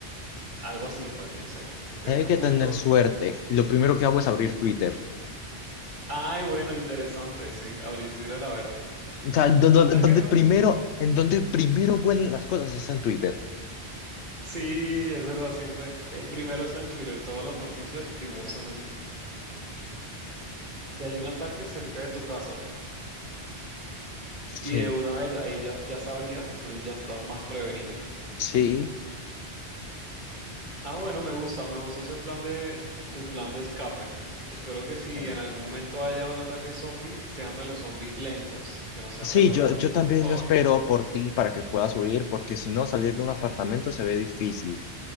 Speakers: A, on the right; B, on the left.
A: Algo así, pues no sé, como que
B: Hay
A: me oculto.
B: que tener suerte. Y lo primero que hago es abrir Twitter.
A: Ay, bueno, interesante, sí, abrir Twitter a ver.
B: O sea, do-
A: ¿Ataque
B: do- donde
A: zombie?
B: primero, en donde primero vuelen las cosas es en Twitter.
A: Sí, es verdad, siempre. El primero es en Twitter, todas las noticias primero son allí. Que hay un ataque cerca de tu casa.
B: Sí,
A: Y de una vez ahí ya, ya sabrías, entonces ya estás más prevenido.
B: Sí,
A: Ah, bueno, me gusta, me gusta ese plan de tu plan de escape. Espero que si
B: sí.
A: en algún momento haya un ataque zombie, sean de los zombies lentos, que no sean
B: Sí,
A: de los
B: yo,
A: rápidos,
B: yo también
A: por favor.
B: lo espero por ti para que puedas huir, porque si no, salir de un apartamento se ve difícil.